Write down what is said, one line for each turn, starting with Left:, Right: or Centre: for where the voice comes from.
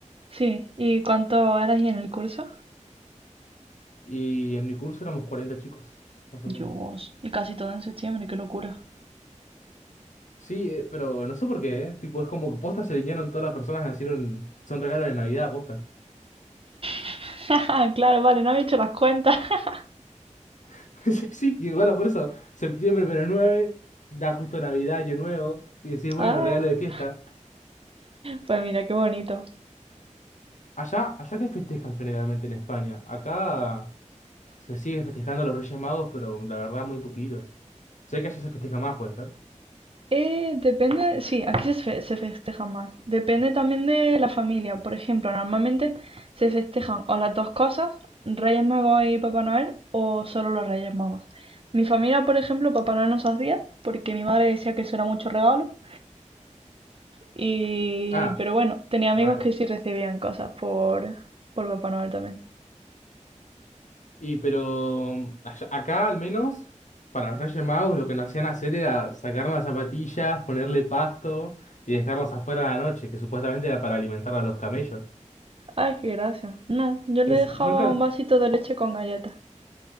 Right: Sí, ¿y cuánto eras en el curso?
Left: Y en mi curso éramos 40 chicos, más
Right: Dios,
Left: o menos.
Right: y casi todo en septiembre, qué locura.
Left: Sí, eh, pero no sé por qué, ¿eh? Tipo, es como que posta se alinearon todas las personas que nacieron, son regalos de Navidad, posta.
Right: <laughs> Claro, vale, no había hecho las cuentas. <laughs>
Left: <laughs> Sí, sí, que bueno, por eso, septiembre menos 9 da justo Navidad, Año Nuevo, y decís, bueno,
Right: Ah,
Left: regalo de fiesta.
Right: pues mira, qué bonito.
Left: Allá, allá que festejan generalmente en España. Acá se sigue festejando a los Reyes Magos, pero la verdad muy poquito. Sé que allá se festeja más, puede ser.
Right: Eh, depende, sí, aquí se, fe- se festeja más. Depende también de la familia. Por ejemplo, normalmente se festejan o las dos cosas, Reyes Magos y Papá Noel, o solo los Reyes Magos. Mi familia, por ejemplo, Papá Noel no se hacía porque mi madre decía que eso era mucho regalo. Y,
Left: Ah,
Right: pero bueno, tenía amigos
Left: raro.
Right: que sí recibían cosas por, por Papá Noel también.
Left: Y pero allá- acá al menos, para los Reyes Magos lo que nos hacían hacer era sacar las zapatillas, ponerle pasto y dejarlos afuera a la noche, que supuestamente era para alimentar a los camellos.
Right: Ay, qué gracia. No, yo le
Left: Es-
Right: dejaba
Left: nunca,
Right: un vasito de leche con galletas.